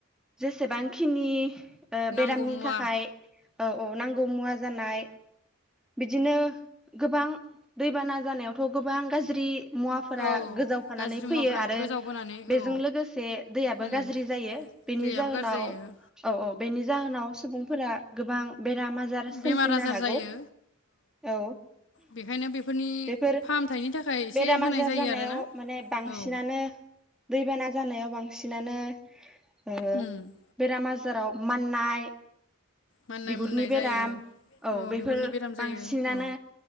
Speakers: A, in the centre; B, on the left.
A: जेसेबांखिनि ओ
B: नांगौ
A: बेरामनि
B: मुवा
A: थाखाय औ औ नांगौ मुवा जानाय बिदिनो गोबां दैबाना जानायावथ' गोबां गाज्रि मुवाफोरा
B: औ
A: गोजावफानानै
B: गाज्रि
A: फैयो
B: मुवाफोरा
A: आरो
B: गोजावबोनानै
A: बेजों
B: औ
A: लोगोसे दैयाबो
B: उम
A: गाज्रि जायो बेनि
B: दैयाबो
A: जाहोनाव
B: गाज्रि जायो
A: औ औ बेनि जाहोनाव सुबुं फोरा गोबां बेराम आजार सोमजिनो
B: बेमार आजार
A: हागौ
B: जायो
A: औ
B: बेखायनो बेफोरनि
A: बेफोर
B: फाहामथायनि थाखाय एसे
A: बेराम
B: होनाय
A: आजार
B: जायो
A: जानायाव
B: आरोना
A: माने बांसिनानो
B: औ
A: दैबाना जानायाव बांसिनानो ओ
B: उम
A: बेराम आजाराव माननाय
B: माननाय
A: बिगुरनि
B: मुननाय
A: बेराम
B: जायो
A: औ बेफोर
B: बिगुरनि बेराम जायो
A: बांसिनानो
B: औ